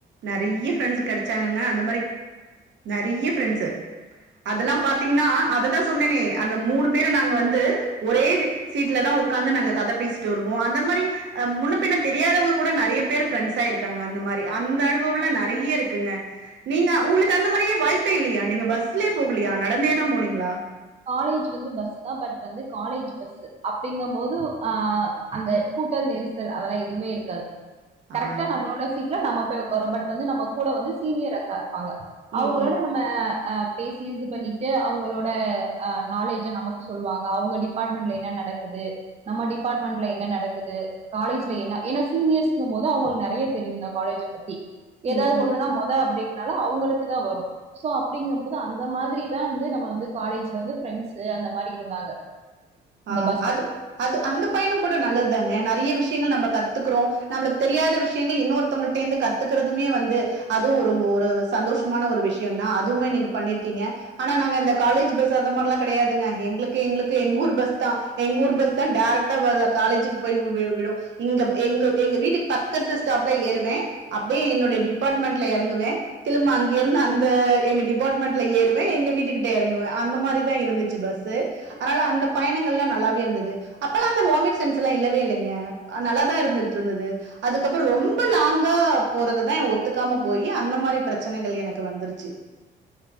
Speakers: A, on the right (about 65°); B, on the right (about 30°).
A: நெறய ஃரெண்ட்ஸ் கெட ச்சாங்கங்க அந்த மாரி நெறய ஃப்ரெண்ட்ஸு அதெல்லாம் பாத்தீங்கன்னா அது தான் சொன்னேனே அந்த மூணு பேரு நாங்க வந்து ஒரே சீட்லதா உட்காந்து நாங்க கத பேசிட்டு வருவோ அந்த மாரி முன்ன பின்ன தெரியாதவங்க கூட நெறய பேர் ஃப்ரெண்ட்ஸா இருக்காங்க அந்த மாரி அந்த அனுபவம்ல நெறய இருக்குங்க நீங்க உங்களுக்கு அந்த மாரியே வாய்ப்பே இல்லையா நீங்க பஸ்லேயே போகலயா நடந்தே தா போனிங்ளா
B: காலேஜ் வந்து பஸ் தான் பட் வந்து காலேஜ் பஸ் அப்டிங்கூ போது அந்த கூட்டல் நெரி அதெல்லா எதுவுமே இருக்காது
A: ஆ
B: கரெக்டா நம்மளோட சீட் ல நம்ம போய் உட்காரோ பட் வந்து நம்ம கூட வந்து சீனியர் அக்கா இருப்பாங்க அவுங்களோட
A: ம் ம்
B: நம்ம அ பேசி இது பண்ணி ட்டு அவங்களோட அ நாலேஜ நமக்கு சொல்லுவாங்க அவங்க டிபார்ட்மெண்ட்ல என்ன நடக்குது நம்ம டிபார்ட்மெண்ட்ல என்ன நடக்குது காலேஜ்ல என்ன ஏன்னா சீனியர்ஸ்ங்கும் போது அவங்களுக்கு நெறய தெரியு இந்த காலேஜ பத்தி ஏதாவது
A: ம் ம்
B: ஒண்ணுன்னா மொத அப்டேட் னால அவங்களுக்கு தா வரு சோ அப்டிங்கும் போது அந்த மாதிரி தா வந்து நம்ம வந்து காலேஜ்ல வந்து பிரெண்ட்ஸு அந்த மாரி இருந்தாங்க இந்த
A: ஆம்
B: பஸ்
A: அது அது அந்த பயணம் கூட நல்லதுதா நெறய விஷயங்கள் நம்ம கத்துக்கிறோம் நம்மளுக்கு தெரியாத விஷயங்கள் இன்னொருத்தவங்கள்ட்ட இருந்து கத்துக்கறதுமே வந்து அதுவு ஒரு ரொம்ப சந்தோஷமான ஒரு விஷயந்தா அதுவுமே நீங்க பண்ணிருக்கீங்க ஆனா நாங்க இந்த காலேஜ் பஸ் அ மாரிலா கெடையாதுங்க எங்களுக்கு எங்களுக்கு எங்கூர் பஸ் தா எங்க ஊர் பஸ் தா டேரக்டா வா காலேஜுக்கு போய் வ் வ விடும் ங்க எ எங்க வீட்டுக்கு பக்கத்து ஸ்டாப்ல ஏறுவே அப்டியே என்னுடைய டிபார்ட்மெண்ட்ல எறங்குவே திரும்ப அங்க இருந்து அந்த எங்க டிபார்ட்மெண்ட்ல ஏறுவே எங்க வீட்டு கிட்ட எறங்குவே அந்த மாரிதா இருந்துச்சு பஸ் அதனால அந்தப் பயணங்கள்லா நல்லாவே இருந்தது அப்பல்லா அந்த வாமிட் சென்ஸ் எல்லா இல்லவே இல்லைங்க அது நல்லாதா இருந்துட்ருந்தது அதுக்கப்புற ரொம்ப லாங்கா போறததா எ ஒத்துக்காம போயி அந்த மாரி பிரச்சனைகள் எனக்கு வந்துருச்சு